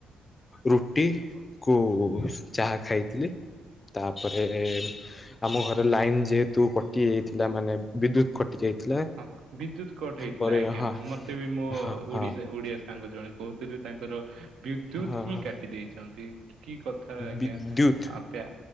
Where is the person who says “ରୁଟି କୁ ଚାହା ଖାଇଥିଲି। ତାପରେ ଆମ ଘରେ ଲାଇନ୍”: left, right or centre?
Left